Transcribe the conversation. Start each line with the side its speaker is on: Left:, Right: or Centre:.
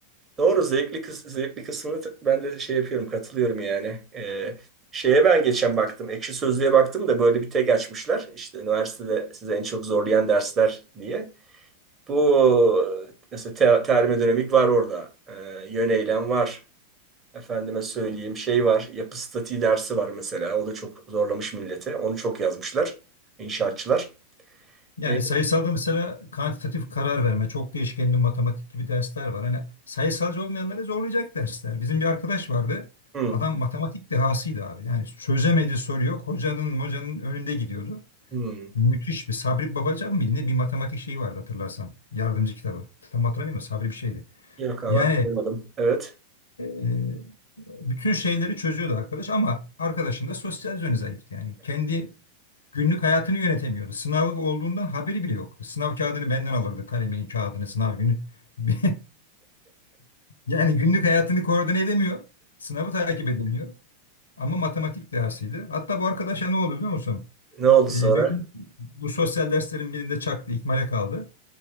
Right: Doğru zevkli, kıs zevkli kısmını t- ben de şey yapıyorum katılıyorum yani. Ee, şeye ben geçen baktım Ekşi Sözlüğe baktım da böyle bir tek açmışlar. İşte üniversitede size en çok zorlayan dersler diye. Bu mesela te termodinamik var orada. Ee, yöneylem var. Efendime söyleyeyim şey var. Yapı statiği dersi var mesela. O da çok zorlamış milleti. Onu çok yazmışlar inşaatçılar.
Left: Yani
Right: Ee,
Left: sayısalda mesela kantitatif karar verme, çok değişkenli matematik gibi dersler var. Hani sayısalcı olmayanları zorlayacak dersler. Bizim bir arkadaş vardı.
Right: hmm,
Left: Adam matematik dehasıydı abi. Yani çözemediği soru yok. Hocanın hocanın önünde gidiyordu.
Right: hmm.
Left: Müthiş bir Sabri Babacan mıydı ne bir matematik şeyi vardı hatırlarsan. Yardımcı kitabı. Tam hatırlamıyorum da Sabri bir şeydi.
Right: Yok abi
Left: Yani
Right: hatırlamadım. Evet.
Left: e, Bütün şeyleri çözüyordu arkadaş ama arkadaşın da sosyal yönü zayıftı. Yani kendi günlük hayatını yönetemiyordu. Sınavı olduğundan haberi bile yoktu. Sınav kağıdını benden alırdı. Kalemini, kağıdını, sınav günü. <laughs> Yani günlük hayatını koordine edemiyor. Sınavı takip edemiyor. Ama matematik dersiydi. Hatta bu arkadaşa ne oldu biliyor musun?
Right: Ne oldu
Left: Ee,
Right: sonra?
Left: bir gün bu sosyal derslerin birinde çaktı, ikmale kaldı.